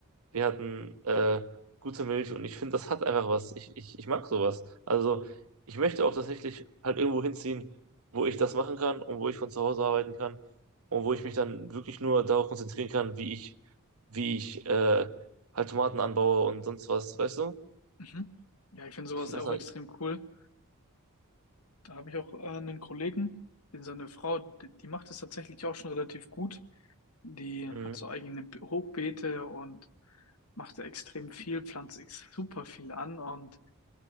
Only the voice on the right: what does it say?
wir hatten äh, gute Milch und ich finde, das hat einfach was. Ich, ich, ich mag sowas. Also ich möchte auch tatsächlich halt irgendwo hinziehen, wo ich das machen kann und wo ich von zu Hause arbeiten kann und wo ich mich dann wirklich nur darauf konzentrieren kann, wie ich, wie ich äh, halt Tomaten anbaue und sonst was, weißt du?
Ich finde
das halt,
mm,